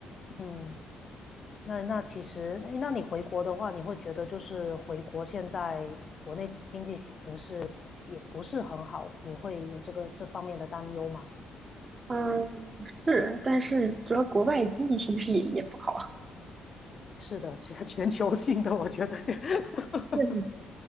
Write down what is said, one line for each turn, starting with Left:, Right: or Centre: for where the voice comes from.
Left: 嗯那那其实，诶那你回国的话，你会觉得就是回国现在国内经济形势也不是很好，你会有这个这方面的担忧吗？
Right: 嗯，是，但是主要国外经济形势也也不好。
Left: 是的，这个 <laughs> 全球性的，我觉得，<laughs>
Right: 对